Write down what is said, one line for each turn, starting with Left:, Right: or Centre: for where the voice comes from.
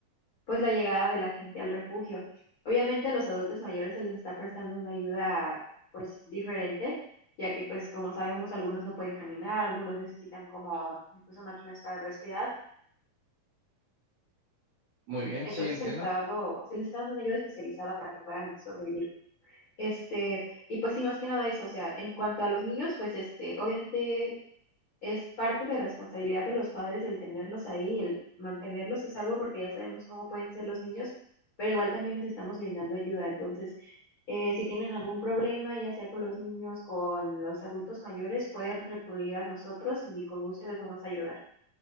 Left: pues la llegada de la gente al refugio. Obviamente a los adultos mayores se les está prestando una ayuda pues diferente, ya que pues como sabemos algunos no pueden caminar, algunos necesitan como incluso máquinas para respirar,
Right: Muy bien,
Left: entonces
Right: sí, entiendo.
Left: se les está dando se les está dando una ayuda especializada para que puedan sobrevivir. Este, y pues sí, más que nada eso, o sea, en cuanto a los niños, pues este, obviamente es parte de responsabilidad de los padres el tenerlos ahí, el mantenerlos a salvo, porque ya sabemos cómo pueden ser los niños, pero igual también les estamos brindando ayuda. Entonces, eh, si tienen algún problema, ya sea con los niños, con los adultos mayores, pueden recurrir a nosotros y con gusto les vamos a ayudar.